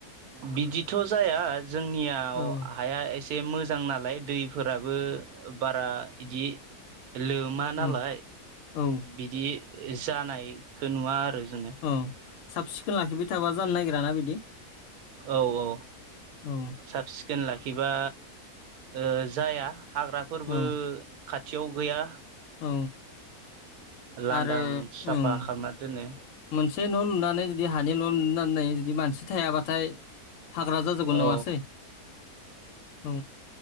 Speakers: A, on the right; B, on the left.
A: बिदिथ' जाया जोंनियाव
B: औ
A: हाया ए से मोजां नालाय दैफोराबो बारा इदि लोमा
B: उम
A: नालाय
B: औ
A: बिदि जानायखौ नुवा आरो जोङो
B: ओं साब सिखोन लाखिबाय थाबा जानो नागिराना बिदि
A: औ औ
B: औ
A: साब सिखोन लाखिबा ओ जाया हाग्राफोरबो
B: औ
A: खाथियाव गैया
B: औ
A: लांदां
B: आरो
A: साफा
B: औ
A: खालामना दोनो।
B: मोनसे न' लुनानै जुदि हानि न' लुनानै जुदि मानसि थायाबाथाय हाग्रा जाजोबोगोन
A: औ
B: नङासै औ।